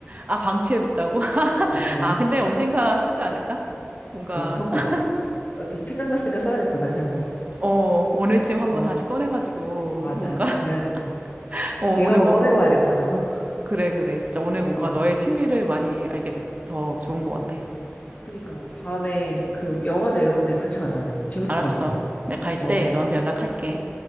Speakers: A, on the right (about 35°); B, on the left (about 35°).
A: 아, 방치해뒀다고? <laughs>
B: 어, 어,
A: 아, 근데 언젠가 쓰지 않을까? 뭔가,
B: 어, 그럴 것
A: <laughs>
B: 같아. 어, 또 생각났으니까 써야겠다. 다시 한 번.
A: 어, 오늘쯤 한번
B: 어,
A: 다시 꺼내가지고,
B: 맞아.
A: 뭔가,
B: 그래야겠다.
A: <laughs> 어,
B: 지금
A: 오늘
B: 한 번
A: 뭔,
B: 꺼내봐야겠다, 가서.
A: 그래, 그래. 진짜 오늘 뭔가
B: 어.
A: 너의 취미를 많이 알게 돼서 좋은 것 같아.
B: 그니까 다음에 그 영화제 이런 데 같이 가자. 재밌을
A: 알았어.
B: 것 같아.
A: 내가 갈
B: 어?
A: 때 너한테 연락할게.